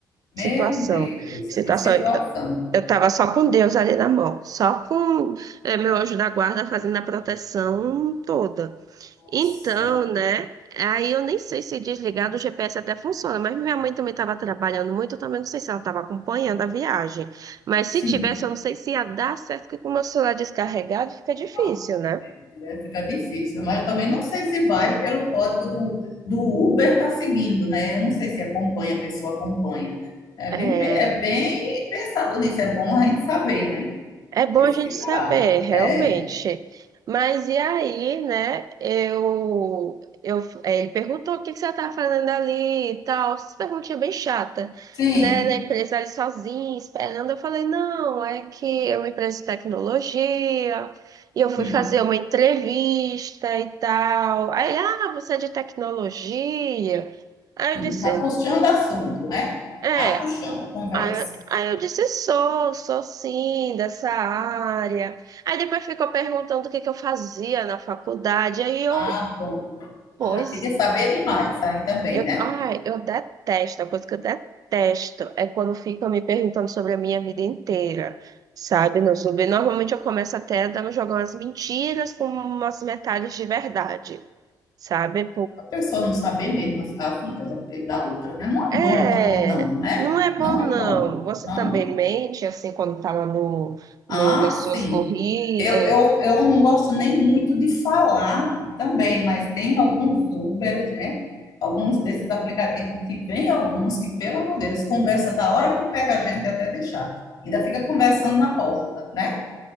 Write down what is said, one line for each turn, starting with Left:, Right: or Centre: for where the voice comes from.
Left: Meu
Right: Situação,
Left: Deus,
Right: situação.
Left: que situação.
Right: Eu tava só com Deus ali na mão, só com é, meu anjo da guarda fazendo a proteção toda.
Left: Nossa.
Right: Então, né? Aí eu nem sei se desligar do GPS até funciona, mas minha mãe também estava trabalhando muito, eu também não sei se ela estava acompanhando a viagem. Mas se
Left: Sim.
Right: tivesse, eu não sei se ia dar certo, porque com o meu celular descarregado fica difícil,
Left: Ah,
Right: né?
Left: meu Deus, fica difícil, mas eu também não sei se vai pelo código do, do Uber tá seguindo, né? Eu não sei se acompanha, a pessoa acompanha. É
Right: É,
Left: bem, pe- é bem pensado nisso, é bom a gente saber, né?
Right: É bom
Left: Pesquisar.
Right: a gente saber, realmente.
Left: É,
Right: Mas e aí, né? Eu, eu, eh, ele perguntou o que que você tá fazendo ali e tal. Essas perguntinhas bem chata,
Left: sim,
Right: né? Na empresa ali sozinha, esperando. Eu falei, não, é que é uma empresa de tecnologia. E eu fui
Left: hum,
Right: fazer uma entrevista e tal. Aí, ah, você é de tecnologia? Aí eu
Left: sim,
Right: disse,
Left: tá puxando assunto, né?
Right: é.
Left: Tá puxando a conversa.
Right: Aí, eu aí eu disse, sou, sou sim, dessa área. Aí depois ficou perguntando o que que eu fazia na faculdade. Aí eu,
Left: Ah, bom.
Right: pois,
Left: Ah, queria saber demais aí também,
Right: eu,
Left: né?
Right: ai, eu detesto, a coisa que eu detesto é quando ficam me perguntando sobre a minha vida inteira, sabe, no Zumbi. Normalmente eu começo até a dar- jogar umas mentiras com umas metades de verdade, sabe,
Left: A pessoa não saber mesmo a a vida da, da outra, né? Não é
Right: É,
Left: bom estar contando, né?
Right: não é
Left: Não
Right: bom não.
Left: é bom.
Right: Você
Left: Não.
Right: também mente assim quando estava no, no-
Left: Ah,
Right: nas suas
Left: sim.
Right: corridas.
Left: Eu,
Right: É,
Left: eu, eu não gosto nem muito de falar também, mas tem alguns Uber, né? Alguns desses aplicativos que vem alguns que, pelo amor de Deus, conversa da hora que pega a gente até deixar. Ainda fica conversando na porta, né?